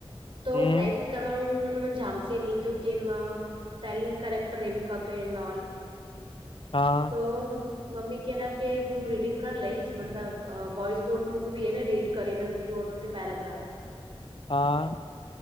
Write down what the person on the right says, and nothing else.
તો
ટાઈપ કરવાનું મને મ જામશે નહી ક્યુકકી એમાં સ્પેલિંગ કરેક્ટ રહેવી ખપે એન્ડ ઓઑલ.
તો મમ્મી કેહેલા કે હું રીડિંગ કરી લઈશ મતલબ વોઇસ નોટ. મુકવી એ ને રીડ કરી ને પેરાગ્રાફ